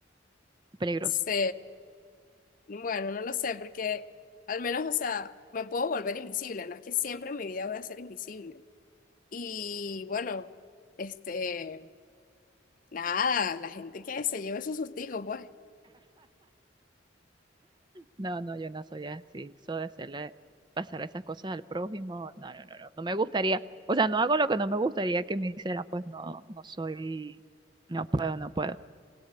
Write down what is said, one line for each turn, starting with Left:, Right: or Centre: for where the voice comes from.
Right: Peligroso.
Left: Sí. Bueno, no lo sé, porque al menos, o sea, me puedo volver invisible, no es que siempre en mi vida voy a ser invisible. Y bueno, este, nada, la gente que se lleve su sustigo, pues.
Right: No, no, yo no soy así. Eso de hacerle pasar esas cosas al prójimo, no, no, no, no, no me gustaría. O sea, no hago lo que no me gustaría que me hicieran, pues no, no soy, no puedo, no puedo.